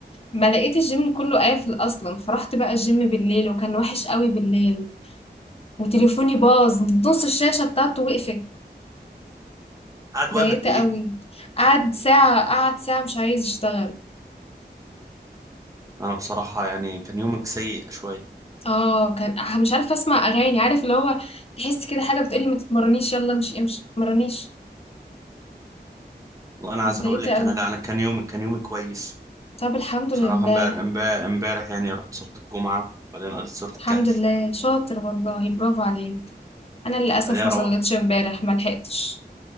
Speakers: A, on the left; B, on the right.
A: ما لقيت الجيم كله قافل اصلا فرحت بقى الجيم بالليل وكان وحش قوي بالليل وتليفوني باظ نص الشاشة بتاعته وقفت
B: قاعد
A: ضايقت
B: واقف قد
A: قوي
B: ايه
A: قعد ساعة قعد ساعة مش عايز يشتغل
B: انا بصراحة يعني كان يومك سيء شوية
A: اه كان ح- مش عارفة اسمع اغاني عارف اللي هو تحس كده حاجة بتقولي ما تتمرنيش يلا امشي امشي ما تتمرنيش
B: وانا عايز
A: اتضايقت
B: اقول لك
A: قوي
B: انا لا انا كان يومي كان يومي كويس
A: طب الحمد
B: بصراحة
A: لله
B: امبارح امبارح امبارح يعني رحت صلاة الجمعة بعدين قريت سورة
A: الحمد
B: الكهف
A: لله شاطر والله برافو عليك انا للاسف
B: بعدين
A: ما
B: روح
A: صليتش امبارح ما لحقتش